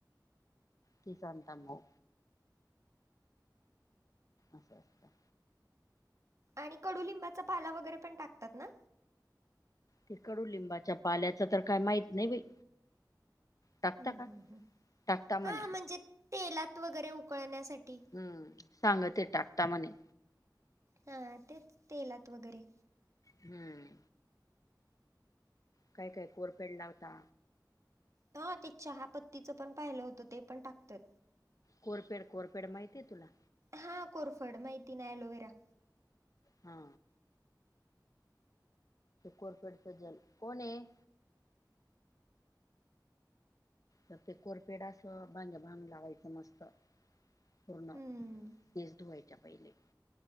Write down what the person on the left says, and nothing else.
तीच आणता मग. अच्छा!
ते कडुलिंबाच्या पाल्याचं तर काय माहीत नाही बाई टाकता
का
टाकता म्हणे
हम्म सांगते टाकता म्हणे
हम्म. काय काय कोरपेड लावता
कोरफेड कोरफेड माहितीय तुला
हा. कोरफेडच जल, कोण आहे? तर ते कोरफेड असं भांजभांग लावायचं मस्त पूर्ण
केस धुवायच्या पहिले.